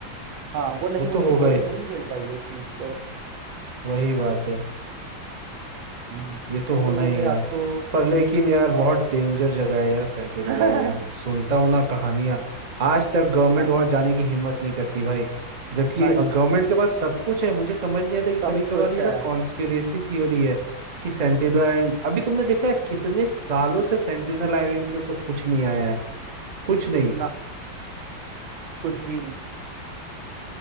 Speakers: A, on the right; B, on the right.
A: हाँ वो नहीं
B: वो
A: उनकी
B: तो होगा
A: बॉडी
B: ही
A: नहीं झेल पाई उस चीज को
B: वही बात है
A: हम्म
B: ये तो
A: लेकिन
B: होना
A: वैसे
B: ही है यार
A: आपको
B: पर लेकिन यार
A: आ,
B: बहुत डेंजर जगह है यार सेंटिनल
A: <laughs> हाँ
B: आइलैंड सुनता हूं ना कहानियां आज तक गवर्नमेंट
A: हाँ
B: वहां जाने की हिम्मत नहीं करती भाई जबकि
A: नहीं
B: गवर्नमेंट के पास सब कुछ है मुझे समझ नहीं आता कि
A: सब
B: कभी कभार
A: कुछ
B: ये
A: है
B: ना कॉन्स्पिरेसी थ्योरी है कि सेंटिनल आइलैंड अभी तुमने देखा है कितने सालों से सेंटिनल आइलैंड के ऊपर कुछ नहीं आया है कुछ नहीं
A: ना कुछ भी नहीं